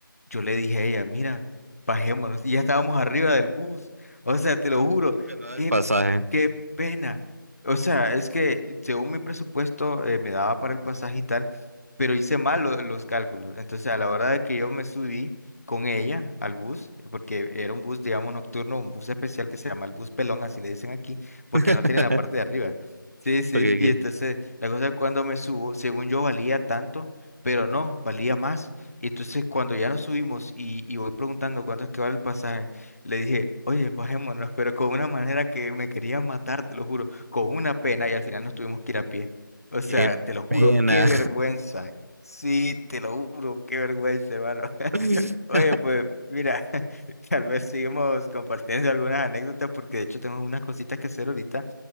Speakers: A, on the left (about 45°); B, on the right (about 45°).
A: yo le dije a ella, mira, bajémonos. Y ya estábamos arriba del bus. O sea, te
B: Pero
A: lo juro,
B: ¿cómo que no del
A: qué,
B: pasaje?
A: qué pena. O sea, es que según mi presupuesto eh, me daba para el pasaje y tal, pero hice mal lo- los cálculos. Entonces, a la hora de que yo me subí con ella al bus, eh, porque era un bus, digamos, nocturno, un bus especial que se llama el bus pelón, así le dicen aquí, porque
B: <laughs>
A: no tiene la parte de arriba. Sí, sí.
B: Porque
A: Y
B: qué
A: entonces, la cosa es cuando me subo, según yo valía tanto, pero no, valía más. Y entonces cuando ya nos subimos y, y voy preguntando cuánto es que vale el pasaje, le dije, oye, bajémonos, pero con una manera que me quería matar, te lo juro, con una pena y al final nos tuvimos que ir a pie. O
B: qué
A: sea, te lo juro,
B: pena.
A: qué vergüenza. Sí, te lo juro, qué vergüenza, hermano.
B: <laughs>
A: <laughs> Oye, pues mira, <laughs> tal vez sigamos compartiendo algunas anécdotas porque de hecho tengo unas cositas que hacer ahorita